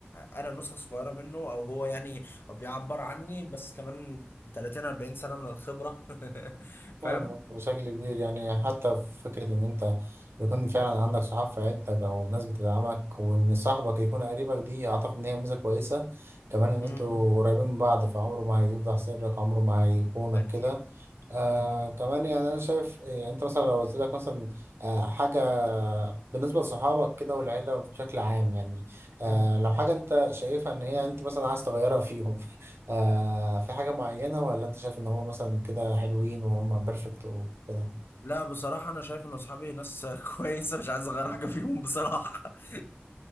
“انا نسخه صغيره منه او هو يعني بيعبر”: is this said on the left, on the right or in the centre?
Left